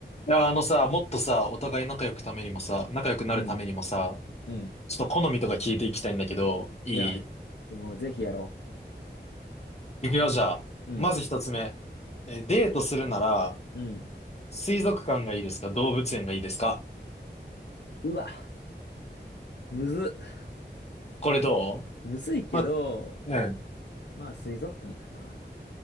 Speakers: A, on the left; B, on the left.
A: いや、あのさ、もっとさ、お互い仲良くためにもさ、仲良くなるためにもさ、
B: うん、うん。
A: ちょっと好みとか聞いていきたいんだけど、いい
B: いや、もうぜひやろ
A: いくよ、じゃあ。
B: う。うん、
A: まず一つ目。え、デートするなら、
B: うん。
A: 水族館がいいですか動物園がいいですか
B: うわ、むずっ、
A: これどう
B: むずいけど、
A: まあ、うん。
B: まあ水族館かな。っ